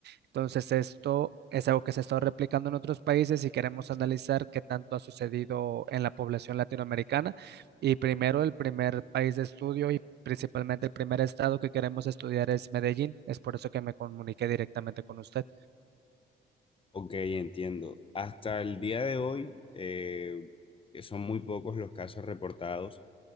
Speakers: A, on the right; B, on the left.
A: Entonces, esto es algo que se ha estado replicando en otros países y queremos analizar qué tanto ha sucedido en la población latinoamericana. Y primero, el primer país de estudio y principalmente el primer estado que queremos estudiar es Medellín. Es por eso que me comuniqué directamente con usted.
B: Ok, entiendo. Hasta el día de hoy, eh, que son muy pocos los casos reportados